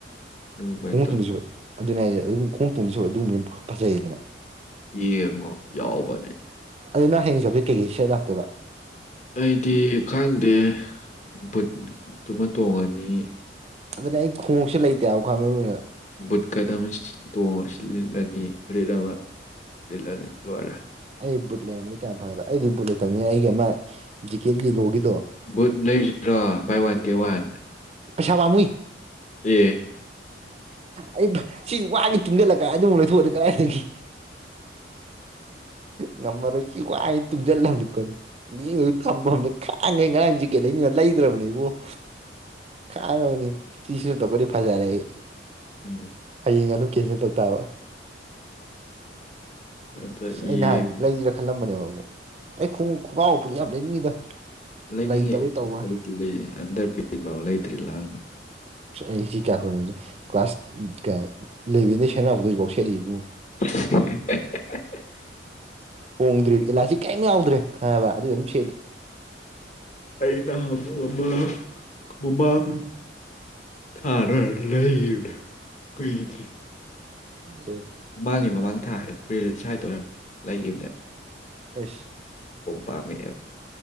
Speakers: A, on the left; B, on the right.
A: ꯑꯗꯨꯒꯨꯝꯕꯗꯣ
B: ꯈꯣꯡꯉꯛꯇꯣꯡꯗꯁꯨ ꯐ ꯑꯗꯨꯅꯤ ꯍꯥꯏꯁ ꯑꯗꯨꯝ ꯈꯣꯡ ꯊꯣꯡꯗꯤꯁꯨ ꯑꯗꯨꯝ ꯐꯖꯩꯌꯦꯗꯅ
A: ꯌꯦꯡꯉꯣ ꯌꯥꯎꯕꯅꯦ
B: ꯑꯗꯨꯅ ꯍꯌꯦꯡ ꯆꯞꯤ ꯀꯩꯀꯩ ꯁꯦꯠ ꯂꯥꯛꯇꯣꯏꯕ
A: ꯑꯩꯗꯤ ꯈꯪꯗꯦ ꯕꯨꯠꯠꯇꯨꯃ ꯇꯣꯡꯉꯅꯤ
B: ꯑꯗꯨꯅꯦ ꯑꯩ ꯈꯣꯡꯎꯞꯁꯦ ꯂꯩꯇꯦ ꯍꯥꯏꯕ ꯈ꯭ꯋꯥꯏ ꯃꯔꯨ ꯑꯣꯏꯅ
A: ꯕꯨꯠ ꯀꯠ ꯑꯃ ꯇꯣꯡ ꯁꯤ ꯂꯤꯠꯂꯅꯤ ꯐꯨꯔꯤꯠ ꯑꯃ ꯂꯤꯂꯅꯤ ꯂꯣꯏꯔꯦ
B: ꯑꯩ ꯕꯨꯠ ꯂꯩꯔꯝꯕꯅꯤ ꯀꯌꯥꯝ ꯐꯒꯗ ꯑꯩꯗꯤ ꯕꯨꯠ ꯂꯩꯇꯕꯅꯤꯅ ꯑꯩꯒꯤ ꯑꯃ ꯖꯤꯀꯦꯠ ꯌꯦꯂꯣꯒꯤ
A: ꯕꯨꯠ ꯂꯩꯁꯤꯔꯣ ꯕꯥꯏ ꯋꯥꯟ ꯒꯦꯠ ꯋꯥꯟ
B: ꯄꯩꯁꯥ ꯄꯥꯝꯃꯨꯏ
A: ꯑꯦ
B: ꯑꯩ ꯁꯤ ꯋꯥꯅꯤ ꯇꯨꯡꯖꯜꯂꯀꯥꯟ ꯗꯨꯃꯛ ꯂꯩꯊꯣꯛꯑꯗꯤ ꯀꯥꯏꯗꯒꯤ ꯉꯝꯃꯔꯣꯏ ꯁꯤ ꯋꯥꯉꯩ ꯇꯨꯡꯖꯜ ꯂꯝꯅꯤ ꯀꯣ ꯃꯤ ꯑꯣꯏꯕꯩ ꯊꯝꯕꯅꯤ ꯈꯥꯡꯉꯩ ꯉꯔꯥꯡ ꯖꯤꯀꯦꯠ ꯂꯩꯅꯤꯡꯉ ꯂꯩꯗ꯭ꯔꯕꯅꯦ ꯏꯕꯨꯡꯉꯣ ꯈꯥꯡꯉꯕꯅꯤ ꯁꯤ ꯁꯤꯖꯤꯟꯊꯣꯛꯈ꯭ꯔꯗꯤ ꯐꯖꯔꯦ ꯑꯩ
A: ꯎꯝ
B: ꯍꯌꯦꯡ ꯑꯗꯨ ꯀꯦꯟꯁꯦꯜ ꯇꯧ ꯇꯥꯕ ꯑ
A: ꯑꯗ ꯌꯦꯡ
B: ꯑꯩ ꯅꯍꯥꯟ ꯂꯩꯁꯤꯔꯥ ꯈꯜꯂꯝꯕꯅꯦꯕ ꯑꯃꯨꯛ ꯑꯩ ꯈꯣꯡꯎꯞ ꯈꯣꯡꯒꯥꯎ ꯐꯨꯔꯤꯠ ꯌꯥꯝ ꯂꯩꯅꯤꯡꯉꯤꯗ
A: ꯂꯩꯅꯤꯡꯉꯦ
B: ꯂꯩꯇꯕꯩ ꯇꯧꯕ
A: ꯑꯩꯗꯤꯅꯦ ꯑꯟꯗꯔꯄꯦꯟ ꯐꯥꯎ ꯂꯩꯗ꯭ꯔꯦ ꯂꯥꯡꯒꯅꯨ
B: ꯑꯩ ꯁꯤ ꯀꯌꯥ ꯀꯨꯏꯅ ꯀ꯭ꯂꯥꯁ ꯀ ꯏꯂꯦꯚꯦꯟꯗꯩ ꯁꯦꯟꯅꯔꯛꯄꯗꯣ ꯍꯧꯖꯤꯛ ꯐꯥꯎ ꯁꯦꯠꯂꯤ ꯇꯕꯨꯡꯉꯣ
A: <inaudible>
B: ꯍꯣꯡꯗ꯭ꯔꯤ ꯑꯦꯂꯥꯁꯇꯤꯛ ꯀꯩꯝ ꯌꯥꯎꯗ꯭ꯔꯦ ꯈꯪꯉꯕ ꯑꯗꯨ ꯑꯗꯨꯝ ꯁꯦꯠꯂꯤ
A: ꯑꯩꯅ ꯅꯍꯥꯃꯨꯛ ꯑꯃ ꯃꯃꯥꯡ ꯊꯥꯔ ꯂꯩꯈꯤꯔꯅꯦ ꯀꯨꯏꯗ꯭ꯔꯤ
B: ꯎ
A: ꯃꯃꯥꯡꯒꯤ ꯃꯃꯥꯡ ꯊꯥ ꯑꯦꯄ꯭ꯔꯤꯜ ꯁ꯭ꯋꯥꯏꯗ ꯑꯣꯏꯔꯝꯅꯤ ꯂꯩꯈꯤꯕꯅꯦ
B: ꯑꯦꯁ
A: ꯄꯥꯝꯃꯛꯑꯦꯕ